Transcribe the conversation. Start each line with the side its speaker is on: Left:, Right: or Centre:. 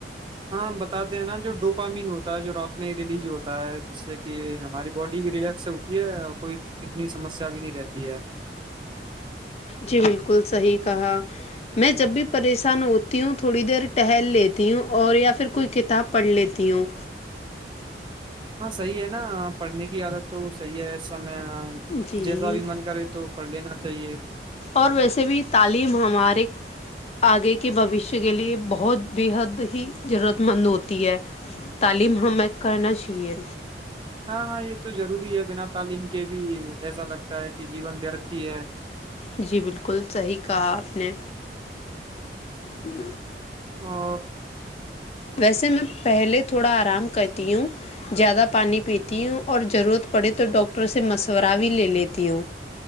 Right: ہاں بتاتے ہیں نا جو ڈوپامین ہوتا ہے جو رات میں ریلیز ہوتا ہے جس سے کہ ہماری باڈی بھی ریلیکس ہوتی ہے اور کوئی اتنی سمسیا بھی نہیں رہتی ہے
Left: جی بالکل صحیح کہا میں جب بھی پریشان ہوتی ہوں تھوڑی دیر ٹہل لیتی ہوں اور یا پھر کوئی کتاب پڑھ لیتی ہوں
Right: ہاں صحیح ہے نا پڑھنے کی عادت تو صحیح ہے میں
Left: جی
Right: جیسا بھی من کرے تو پڑھ لینا چاہیے
Left: اور ویسے بھی تعلیم ہمارے آگے کے بھوشیہ کے لیے بہت بے حد ہی ضرورت مند ہوتی ہے تعلیم ہمیں کرنا چاہیے
Right: ہاں ہاں یہ تو ضروری ہے بنا تعلیم کے بھی ایسا لگتا ہے کہ جیون ورت ہی ہے
Left: جی بالکل صحیح کہا آپ نے ہ <unintelligible>
Right: آ <unintelligible>
Left: ویسے میں پہلے تھوڑا آرام کرتی ہوں زیادہ پانی پیتی تی ہوں اور ضرورت پڑے تو ڈاکٹر سے مشورہ بھی لے لیتی ہوں